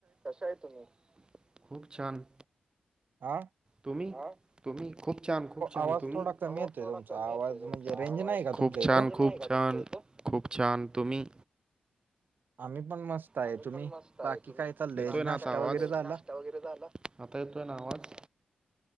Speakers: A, on the right (about 25°); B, on the right (about 65°).
A: कश आहे तुम्ही खूप छान.
B: आं.
A: तुम्ही तुम्ही. खूप छान खूप छान
B: आवाज
A: तुम्ही
B: थोडा कमी
A: थोड
B: येतोय तुमचा आवाज म्हणजे
A: तवाज
B: रेंज नाही का
A: खूप
B: तुमच्या
A: छान
B: इथं
A: खूप छान. खूप छान तुम्ही.
B: आम्ही पण मस्त. आहे
A: आम्ही
B: तुम्ही
A: पण मस्त आहे
B: बाकी
A: तुम्ही
B: काय चाललंय
A: येतोय
B: नाश्ता
A: ना आतावाज
B: वगैरे झाला
A: नाश्ता वगैरे झाला. आता येतो आहे ना आवाज.